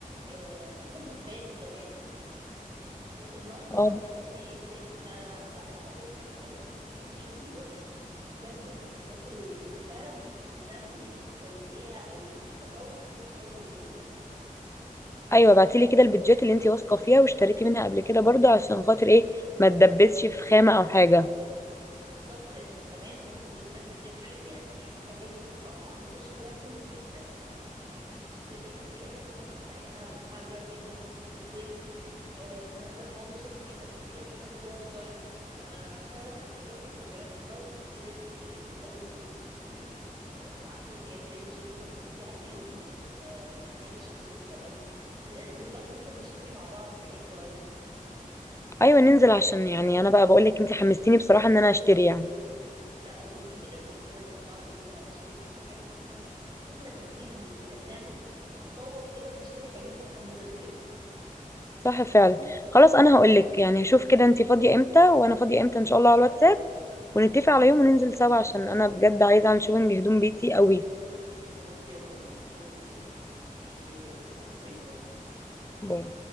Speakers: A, on the right; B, on the left.
A: آه في حاجات بتبان كمان والاونلاين طبعا
B: اه
A: دلوقتي سهل فانا هبعت لك كام حاجة انت شوفيهم وبجد من الحاجات ال- اللي فعلا مش هتندمي ان انت اشتريتيها او التسوق فيها حلو جدا اصلا
B: ايوه ابعتيلي كده البيدجات اللي انتي واثقه فيها واشتريتي منها قبل كده برضو عشان خاطر ايه ما تدبسش في خامه او حاجه
A: بالظبط لان الخامات برضو بالذات بتفرق يعني في حاجات بتبقى معروضة شكلها حلو جدا تيجي تشتريها تلاقي الخامة بتاعتها بتحرر جدا واحنا في الصيف آه، إن مثلا حاجة شتوي بس تلاقيها بتوبر ففعلا الحاجات اللي كمان اونلاين دي لازم تبقي مركزة قوي وانتي بتشتريها فانا هبعت لك كام بيج كده تبصي عليهم ونت... ونتناقش فيهم كمان وننزل بقى ننزل نشتري مع بعض حاجات قريب
B: ايوه ننزل عشان يعني انا بقى بقول لك انتي حمستيني بصراحه ان انا اشتري يعني
A: لا لازم بجد ننزل مع بعض كده نشتري حبة حاجات اصلا كنا نازلين ن- نعمل تص- نتسوق كده ونشتري حاجات ده في حد ذاته جميل
B: صح فعلا خلاص انا هقول لك يعني هشوف كده انتي فاضيه امتى وانا فاضيه امتى ان شاء الله على الواتساب ونتفق على يوم وننزل سوا عشان انا بجد عايزه اعمل شوبينج هدوم بيتي قوي
A: خلاص يلا بينا اوكي ماشي يا جميل باي باي
B: باي